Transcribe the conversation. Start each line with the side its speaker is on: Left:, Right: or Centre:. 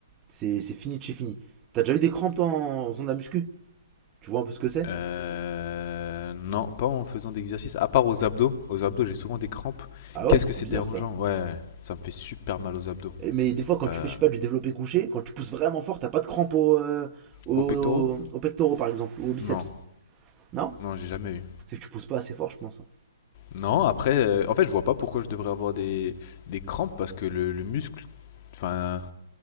Right: C'est c'est fini de chez fini. T'as déjà eu des crampes, toi, en en faisant de la muscu Tu vois un peu ce que c'est
Left: Euh, Non, pas en faisant d'exercice. À part aux abdos. Aux abdos, j'ai souvent des crampes.
Right: Ah
Left: Qu'est-ce
Right: ouais,
Left: que
Right: c'est
Left: c'est
Right: bizarre
Left: dérangeant?
Right: ça.
Left: Ouais, ça me fait super mal aux abdos.
Right: Et- Mais des fois, quand
Left: T'as...
Right: tu fais, je sais pas, du développé couché, quand tu pousses vraiment fort, t'as pas de crampe au, euh, au-
Left: Aux pectoraux?
Right: au pectoraux, par exemple, ou au biceps.
Left: Non,
Right: Non?
Left: non, j'ai jamais eu.
Right: C'est que tu pousses pas assez fort, je pense. hein.
Left: Non, après, euh, en fait, je vois pas pourquoi je devrais avoir des, des crampes parce que le, le muscle, enfin,